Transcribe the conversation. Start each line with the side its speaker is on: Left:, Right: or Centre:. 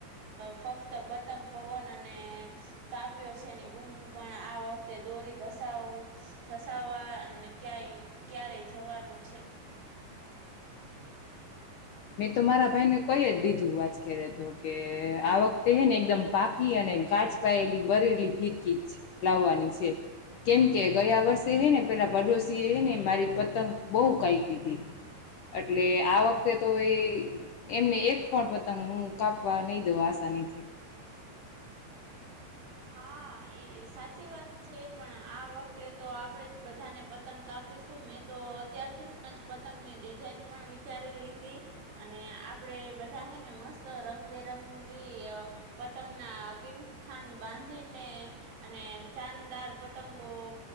Right: ફક્ત પતંગ પવન અને કાપ્યો છેની બૂમુ પણ આ વખતે દોરી ઘસવ ઘસાવવા અને ક ક્યારેય જવાનું છે
Left: મેં તો મારા ભાઈને કઈ જ દીધું વાજ ખેરે તો કે આ વખતે હે ને એકદમ પાકી અને કાચ પાયેલી બરેલી ફીરકી લાવવાની છે કેમકે ગયા વર્ષે હે ને પેલા પડોશી હે ને મારી પતંગ બહુ કાયપી તી એટલે આ વખતે તો એ એમને એક પણ પતંગ હું કાપવા નહી દઉં આસાનીથી
Right: હા એ સાચી વાત છે પણ આ વખતે તો આપડે જ બધાને પતંગ કાપીશું મેં તો અત્યારથી જ પતંગ ની ડિઝઇન પણ વિચારી લીધી અને આપડે બધા હેને મસ્ત રંગબેરંગી પતંગના કિમખાન બાંધીને અને ચાનદાર પતંગો